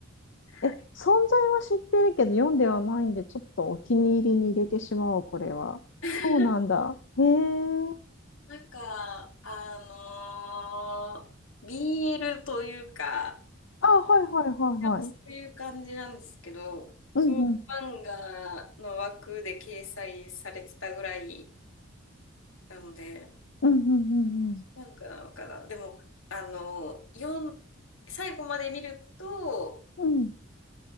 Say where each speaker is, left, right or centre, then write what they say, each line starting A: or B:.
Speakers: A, on the left (about 75°); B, on the left (about 60°).
A: はい。
B: え、存在は知ってるけど読んではないんで、ちょっとお気に入りに入れてしまおう、これは。
A: <laughs>
B: そうなんだ。えー、
A: なんか、あのー BL というか、
B: あ、はいはいはいはい。
A: そういう感じなんですけど、
B: うんうん。
A: 少女漫画の枠で掲載されてたぐらいなので、
B: うんうんうん
A: 漫画なのかな。でも、あの、読ん最後まで見ると、
B: うん。うん。